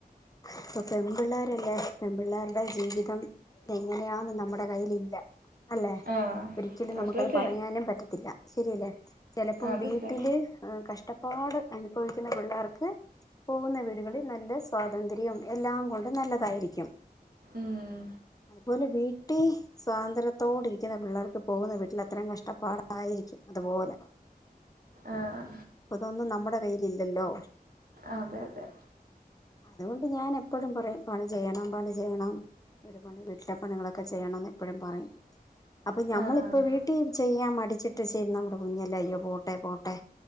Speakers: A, on the left; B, on the right.
A: ഇപ്പൊ പെൺപിള്ളേരല്ലേ പെൺപിള്ളേരുടെ ജീവിതം എങ്ങനെയാന്ന് നമ്മുടെ കയ്യിലില്ല അല്ലെ
B: ആഹ്
A: ഒരിക്കലും നമുക്കത്
B: അതതെ
A: പറയാനും പറ്റത്തില്ല ശരിയല്ലേ ചെലപ്പം
B: അതതെ
A: വീട്ടില് കഷ്‌ട കഷ്‌ടപ്പാട് അനുഭവിക്കുന്ന പിള്ളേർക്ക് പോകുന്ന വീടുകളിൽ നല്ല സ്വാതന്ത്ര്യം എല്ലാം കൊണ്ട് നല്ലതായിരിക്കും
B: ഉം
A: അതുപോലെ വീ കുട്ടി സ്വാതന്ത്ര്യത്തോടെ ഇരിക്കുന്ന പിള്ളേർക്ക് പോകുന്ന വീട്ടിൽ അത്രയും കഷ്ടപ്പാട ആയിരിക്കും അതുപോലെ
B: ആഹ്
A: ഇപ്പതൊന്നും നമ്മുടെ കയ്യിൽ ഇല്ലല്ലോ
B: അതെ അതെ
A: അതുകൊണ്ട് ഞാൻ എപ്പോഴും പറയും പണി ചെയ്യണം പണി ചെയ്യണം വീട് പണി വീട്ടിലെ പണികളൊക്കെ ചെയ്യണം ന്ന് എപ്പോഴും പറയും അപ്പൊ ഞമ്മളിപ്പ
B: ആഹ്
A: വീട്ടിൽ ചെയ്യാ മ അടിച്ചിട്ട് ചെയ്യുന്ന നമ്മടെ കുഞ്ഞല്ല അയ്യോ പോട്ടെ പോട്ടെ